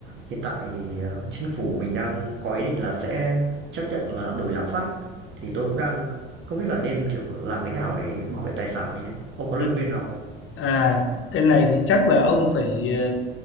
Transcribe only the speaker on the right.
hiện tại thì, ờ, chính phủ mình đang có ý định là sẽ chấp nhận là đổi lạm phát, thì tôi cũng đang không biết là nên, kiểu, làm cái nào để bảo vệ tài sản mình đây. Ông có lời
khuyên nào